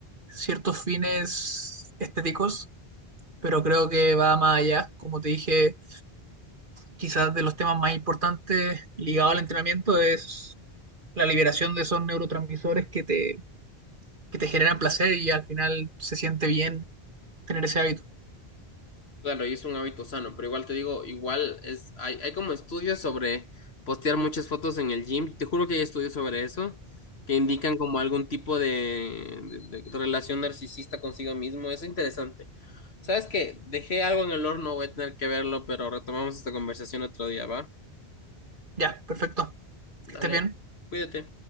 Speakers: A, on the right (about 55°); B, on the left (about 80°).
A: ciertos fines estéticos, pero creo que va más allá. Como te dije, quizás de los temas más importantes ligados al entrenamiento es la liberación de esos neurotransmisores que te que te generan placer y al final se siente bien tener ese hábito.
B: Claro, y es un hábito sano, pero igual te digo, igual es, hay, hay como estudios sobre postear muchas fotos en el gym. Te juro que hay estudios sobre eso que indican como algún tipo de, de- de relación narcisista consigo mismo. Es interesante. ¿Sabes qué? Dejé algo en el horno, voy a tener que verlo, pero retomamos esta conversación otro día, ¿va?
A: Ya, perfecto.
B: Dale,
A: Que estés bien.
B: cuídate.